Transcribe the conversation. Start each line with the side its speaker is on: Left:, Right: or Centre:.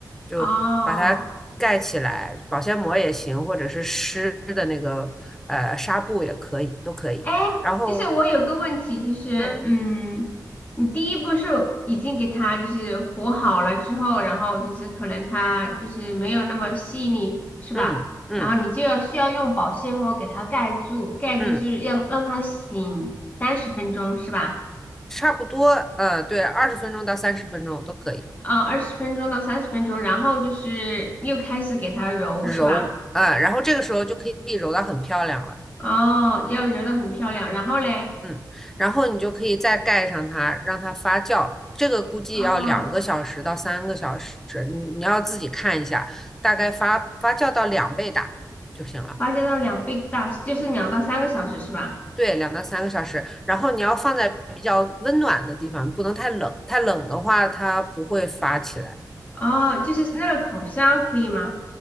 Centre: 就把它盖起来，
Left: 哦
Centre: 保鲜膜也行，或者是湿的那个呃纱布也可以，都可以。
Left: 哎，
Centre: 然后，
Left: 就是我有个问题，就是嗯，
Centre: 嗯
Left: 你第一步是已经给它就是和好了之后，然后就是可能它就是没有那么细腻，是吧？
Centre: 嗯嗯
Left: 然后你就要需要用保鲜膜给它盖住，盖住是要让它醒三十分钟，
Centre: 嗯，
Left: 是吧？
Centre: 差不多，呃，对，二十分钟到三十分钟都可以
Left: 啊、二十分钟到三十分钟，然后就是又开始给它揉，
Centre: 揉啊，
Left: 是吧？
Centre: 然后这个时候就可以揉到很漂亮了，
Left: 哦，要揉的很漂亮，然后嘞，
Centre: 嗯，然后你就可以再盖上它，让它发酵。这个估计要两个小时到三个小时，
Left: 哦，
Centre: 你你要自己看一下，大概发发酵到两倍大就行了。
Left: 发酵到两倍大，就是两到三个小时，是吧？
Centre: 对，两到三个小时，然后你要放在比较温暖的地方，不能太冷，太冷的话它不会发起来。
Left: 哦，就是那个烤箱可以吗？